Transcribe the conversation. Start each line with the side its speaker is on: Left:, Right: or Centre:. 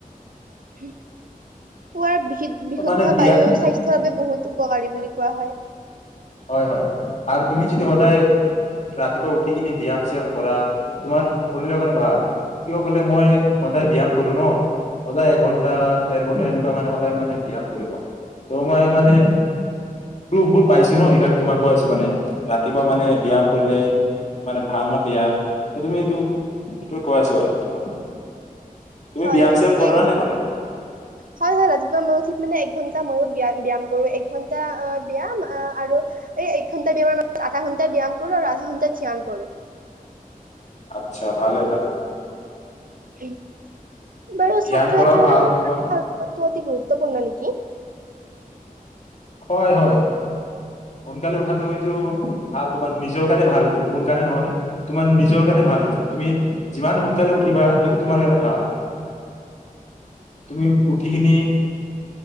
Right: পোৱাৰ বিশুদ্ধ
Left: মানে বিয়া
Right: বায়ু স্বাস্থ্যৰ বাবে বহুত উপকাৰী বুলি কোৱা হয়।
Left: হয় হয় আৰু তুমি যদি সদায় ৰাতিপুৱা উঠি কিনি ব্যায়াম চিয়াম কৰা তোমাৰ শৰীৰৰ কাৰণে ভাল। কিয় কলে মই সদায় ব্যায়াম কৰো ন সদায় এঘন্টা দেৰ ঘন্টা এনেকুৱা মানে সদায় মানে ব্যয়াম কৰো মই ত' মই মানে ভাল পাইছো। ন সেইকাৰণে তোমাক কৈ আছো মানে ৰাতিপুৱা মানে ব্যায়াম কৰিলে মানে ভাল নে বেয়া তুমি এইটো সেইটো কৈ আছো আৰু তোমাক। তুমি
Right: হয়
Left: ব্যায়াম
Right: হয়
Left: চ্যায়াম
Right: ঠিকেই
Left: কৰা
Right: কৈছে
Left: না নে নকৰা
Right: হয় হয় ৰাতিপুৱা মোৰ উঠি মানে এক ঘণ্টা ময়ো ব্যয়াম ব্যায়াম কৰো এক ঘন্টা ব্যায়াম আহ আৰু এই এক ঘন্টা ব্যায়ামৰ মাজত আধা ঘন্টা ব্যায়াম কৰো আৰু আধা ঘন্টা চয়ান কৰো
Left: আচ্ছা ভালে ভালে
Right: উ বাৰ
Left: ধ্যান
Right: ছাত্ৰ
Left: কৰাও
Right: ছাত্ৰীৰ
Left: ভাল
Right: বাবে
Left: তোমাৰ
Right: অতি গুৰুত্ব গুৰুত্বপূৰ্ণ নেকি
Left: হয় হয় সোনকালে উঠাটো এইটো ভাল তোমাৰ নিজৰ কাৰণে ভাল এইটো মোৰ কাৰণে নহয় তোমাৰ নিজৰ কাৰণে ভাল এইটো তুমি যিমান সোনকালে উঠিবা এইটো তোমাৰ কাৰণে ভাল তুমি উঠি কিনি